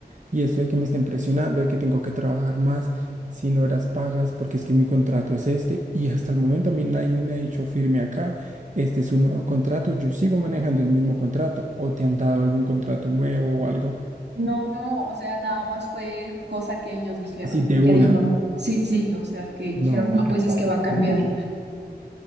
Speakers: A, on the right; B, on the right.
A: Y esto de que me estén presionando, de que tengo que trabajar más, sin horas pagas, porque es que mi contrato es este y hasta el momento a mí nadie me ha dicho firme acá, este es un nuevo contrato, yo sigo manejando el mismo contrato o te han dado algún contrato nuevo o algo.
B: No, no, o sea, nada más fue cosa que ellos dijeron.
A: Así de
B: Que
A: una.
B: dijeron, sí, sí, o sea, que
A: No,
B: dijeron, no, pues
A: ¿qué tal
B: es que va
A: esta
B: a cambiar.
A: gente?